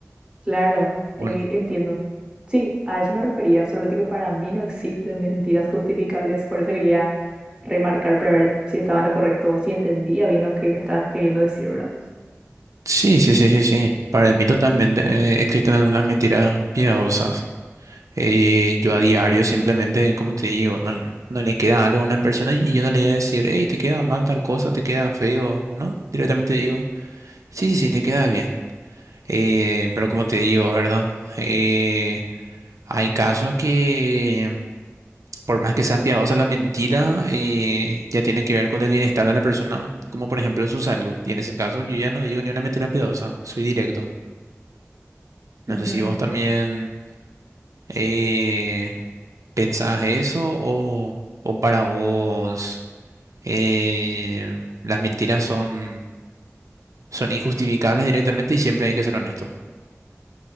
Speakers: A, on the right; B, on the right.
A: Claro, eh,
B: ¿O no?
A: entiendo. Sí, a eso me refería, solamente que para mí no existen mentiras justificables, por eso quería remarcar para ver si estaba en lo correcto, o si entendía bien lo que me estabas queriendo decir, ¿verdad?
B: Sí, sí, sí, sí, sí. Para mí totalmente eh, existen las mentiras piadosas. Eh, yo a diario simplemente, como te digo, no, no le queda algo a una persona y yo no le voy a decir, hey, te queda mal tal cosa, te queda feo, ¿no? Directamente digo, sí, sí, sí, te queda bien. Eh, pero como te digo, ¿verdad? Eh, hay casos que, por más que sean piadosas la mentira, eh, ya tiene que ver con el bienestar de la persona, como por ejemplo su salud. Y en ese caso yo ya no digo ni una mentira piadosa, soy directo.
A: Ujú.
B: No sé si vos también... eh, ¿Pensás eso o, o para vos eh, las mentiras son, son injustificables directamente y siempre hay que ser honesto?